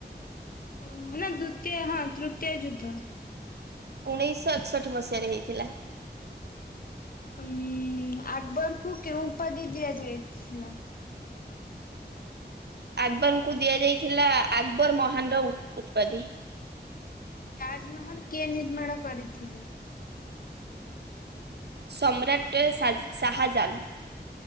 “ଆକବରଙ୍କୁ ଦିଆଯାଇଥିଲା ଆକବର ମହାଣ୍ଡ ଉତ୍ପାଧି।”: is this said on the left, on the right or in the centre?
Right